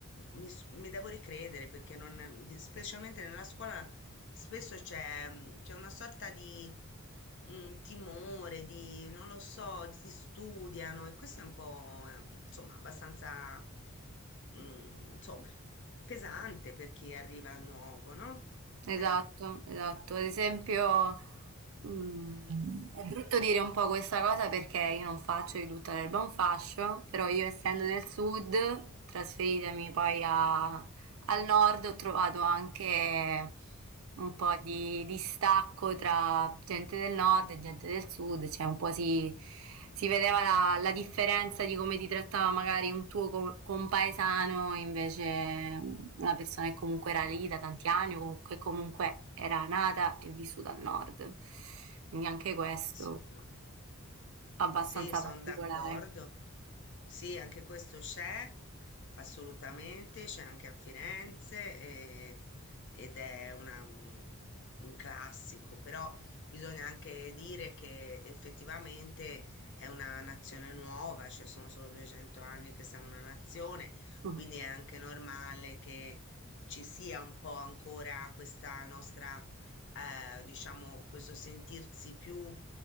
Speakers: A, on the left; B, on the right.
A: mi, s- mi devo ricredere perché non, di- specialmente nella scuola spesso c'è mm, c'è una sorta di mm, timore, di non lo so, si studiano e questo è un po' eh, insomma abbastanza mm, insomma pesante per chi arriva nuovo, no?
B: Esatto,
A: Eh.
B: esatto. Ad esempio, mm, è brutto dire un po' questa cosa perché io non faccio di tutta l'erba un fascio, però io essendo del sud, trasferitemi poi a Al nord ho trovato anche un po' di distacco tra gente del nord e gente del sud, cioè un po' si, si vedeva la, la differenza di come ti trattava magari un tuo co- compaesano, invece una persona che comunque era lì da tanti anni, o com- che comunque era nata e vissuta al nord. Quindi anche questo
A: Assolutamente.
B: abbastanza
A: Sì, sono
B: particolare.
A: d'accordo. Sì, anche questo c'è, assolutamente, c'è anche a Firenze e- ed è una- un, un classico, però bisogna anche dire che effettivamente è una nazione nuova, cioè sono solo 200 anni che siamo una nazione,
B: <laughs>
A: quindi è anche normale che ci sia un po' ancora questa nostra, eh, diciamo, questo sentirsi più